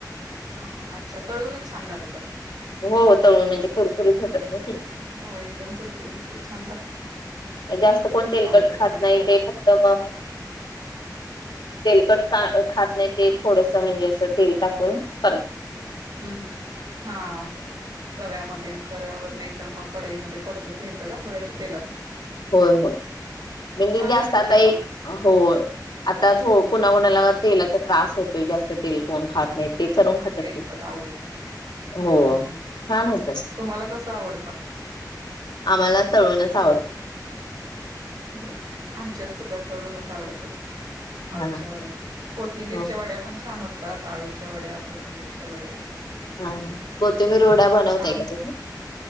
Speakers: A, on the right; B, on the left.
A: हा हा अच्छा तळूनच छान लागत असत.
B: हो तळण म्हणजे कुरकुरीत होतात ना ते.
A: हो एकदम कुरकुरीत होत छान लागत
B: जास्त कोण तेलकट
A: आळूच्या
B: खात
A: पाण्याच्या
B: नाही
A: वड्या
B: ते फक्त म तेलकट खात नाही. ते थोडस म्हणजे असं तेल टाकून पर
A: हम्म हम्म हा तव्यामध्ये तव्यावर नाही. तर मग कडाईमध्ये परतून घ्यायचं का थोड्याश तेलात
B: होय होय म्हणजे
A: छान
B: जास्त
A: लागतं
B: आता
A: ते पण
B: एक हो आता कोणाकणाला
A: हम्म हम्म
B: तेलाचा त्रास होतो जास्त तेल कोण खात नाही ते
A: होय
B: करून
A: होय
B: खातात
A: तेलकट आवडत नाही
B: हो
A: हम्म हम्म हम्म
B: छान होतात
A: तुम्हाला कसं आवडतं
B: आम्हाला तळूनच आवडत.
A: हो <inaudible> आमच्यात सुद्धा तळूनच आवडतात. आळूच्या
B: हा
A: वड्या कोथिंबीरच्या
B: हो
A: वड्या पण छान होत अळूच्या वड्या कोथिंबीरच्या वड्या
B: हा ह हो तुम्ही रोडा बनवताय
A: छान होत
B: का तुम्ही